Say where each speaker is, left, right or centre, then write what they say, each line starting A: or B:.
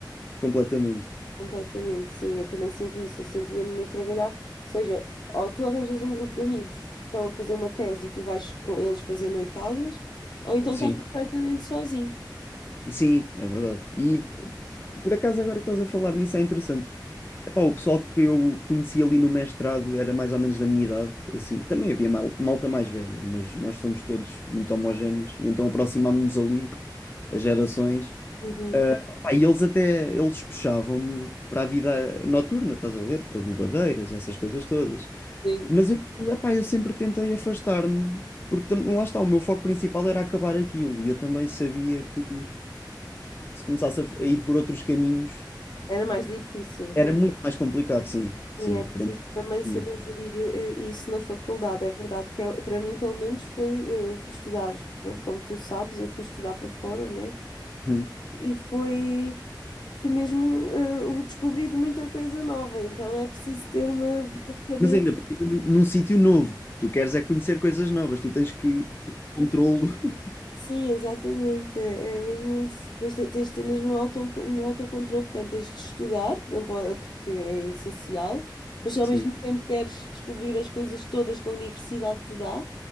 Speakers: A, on the left; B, on the left.
A: completamente.
B: Completamente, sim, eu também senti isso. Eu sentia-me a trabalhar, ou seja, ou tu arranjas um grupo de amigos que estão a fazer uma tese e tu vais com eles fazer noitadas, ou então
A: Sim,
B: estás completamente sozinho.
A: sim, é verdade. E p- por acaso agora que estás a falar nisso é interessante. Epá, o pessoal que eu conheci ali no mestrado era mais ou menos da minha idade, assim, também havia mal- malta mais velha, mas nós somos todos muito homogéneos, e então aproximámos-nos ali as gerações.
B: Uhum,
A: Epá, e eles até, eles puxavam-me para a vida noturna, estás a ver? Para bobadeiras, essas coisas todas.
B: sim.
A: Mas eu, epá, eu sempre tentei afastar-me, porque tam- lá está, o meu foco principal era acabar aquilo, e eu também sabia que se começasse a, f- a ir por outros caminhos,
B: Era mais difícil.
A: era muito mais complicado, sim, sim,
B: Sim, é preciso
A: para mim.
B: também saber
A: seria.
B: gerir eh, isso na faculdade, é verdade, porque eu- para mim, pelo menos, foi, eu fui estudar, pronto, como tu sabes, eu fui estudar para fora, né?
A: Uhum.
B: E foi, foi mesmo eh, o descobrir de muita coisa nova, então é preciso ter uma uma cabeça.
A: Mas ainda por cima, num, num sítio novo. Tu queres é conhecer coisas novas, tu tens que controlo. <laughs>
B: Sim, exatamente. É é mesmo isso. Depois te- tens de ter mesmo um auto, um autocontrole, portanto, tens de estudar, não pode, porque é essencial, mas se ao
A: Sim,
B: mesmo tempo queres descobrir as coisas todas que a universidade te dá